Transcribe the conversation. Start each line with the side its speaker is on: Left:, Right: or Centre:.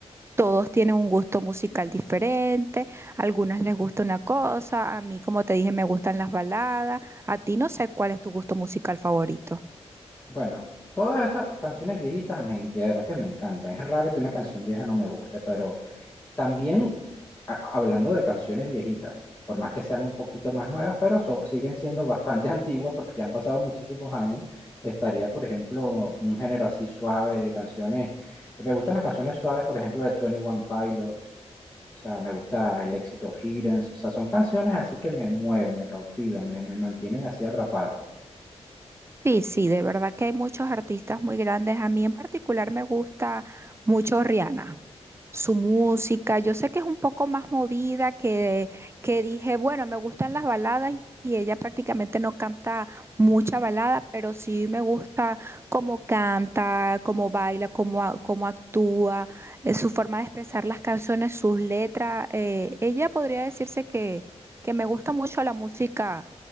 Right: todos tienen un gusto musical diferente, a algunas les gusta una cosa, a mí, como te dije, me gustan las baladas, a ti no sé cuál es tu gusto musical favorito.
Left: Bueno, todas esas canciones viejitas, me, en- de verdad que me encantan, es raro que una canción vieja no me guste, pero... También a- hablando de canciones viejitas, por más que sean un poquito más nuevas, pero son, siguen siendo bastante <laughs> antiguas porque ya han pasado muchísimos años, estaría, por ejemplo, un género así suave de canciones. Me gustan las canciones suaves, por ejemplo, de Twenty One Pilots, o sea, me gusta el éxito Hidden, o sea, son canciones así que me mueven, me cautivan, me, me mantienen así atrapado.
Right: Sí, sí, de verdad que hay muchos artistas muy grandes. A mí en particular me gusta mucho Rihanna. su música. Yo sé que es un poco más movida que, que dije, bueno, me gustan las baladas y ella prácticamente no canta mucha balada, pero sí me gusta cómo canta, cómo baila, cómo, a- cómo actúa, eh, su forma de expresar las canciones, sus letras. eh, ella podría decirse que, que me gusta mucho la música